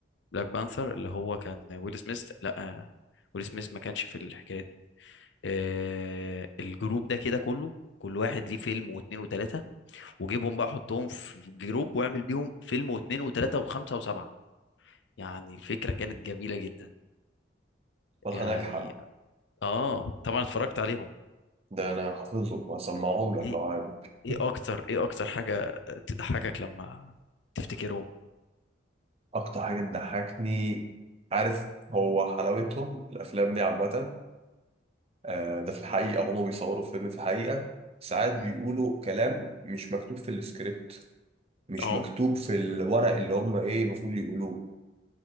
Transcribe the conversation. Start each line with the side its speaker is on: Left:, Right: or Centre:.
Left: بلاك بانثر اللي هو كان ويل سميث لا آه، ويل سميث ما كانش في الحكايه دي آه، الجروب ده كده كله كل واحد ليه فيلم واتنين وتلاته وجيبهم بقى حطهم في جروب واعمل بيهم فيلم واثنين وثلاثة وخمسة وسبعة يعني الفكرة كانت جميلة جدا
Right: فرحة
Left: يعني
Right: ناجحة
Left: اه طبعا اتفرجت عليهم
Right: ده أنا حافظهم وأسمعهم لك
Left: ايه
Right: لو عايز <laughs>
Left: ايه اكتر ايه اكتر حاجة تضحكك لما تفتكرهم
Right: أكتر حاجة بتضحكني عارف هو حلاوتهم الأفلام دي عامة آه، ده في الحقيقة هما بيصوروا فيلم في الحقيقة ساعات
Left: مم.
Right: بيقولوا كلام مش مكتوب في السكريبت مش
Left: اه
Right: مكتوب في الورق اللي هما ايه المفروض يقولوه